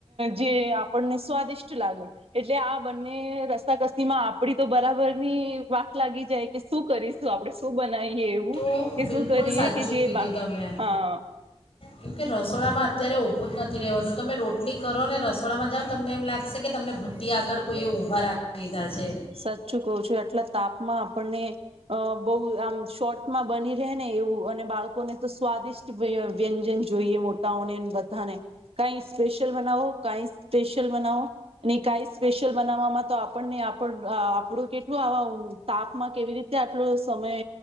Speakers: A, on the right (about 70°); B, on the left (about 65°).
A: જે આપણને સ્વાદિષ્ટ લાગે એટલે આ બંને રસ્તાકસી માં આપડી તો બરાબરની વાક લાગી જાય કે શું કરીશું આપડે શું બનાવીએ એવું
B: તો
A: કે
B: બિલકુલ
A: શું કરીએ
B: સાચું
A: કે જે
B: કીધું
A: બા
B: તમે
A: હા
B: કેમ કે રસોડામાં અત્યારે ઊભું જ નથી રહેવાતું તમે રોટલી કરોને રસોડામાં જાઓ તમને એમ લાગશે કે તમને ભઠ્ટી આગળ કોઈ એ ઊભા રાખી દીધા છે
A: સાચચું કહું છું આટલા તાપમાં આપણને અ બહુ આમ શોર્ટમાં બની રહે ને એવું અને બાળકોને તો સ્વાદિષ્ટ વ્યંજન જોઈએ મોટાઓને બધાને કાઈ સ્પેશિયલ બનાવો કાંઈ સ્પેશિયલ બનાવો ને કાંઈ સ્પેશિયલ બનાવવામાં તો આપણને પણ આપણું કેટલું આવા તાપમાં કેવી રીતે આટલો સમય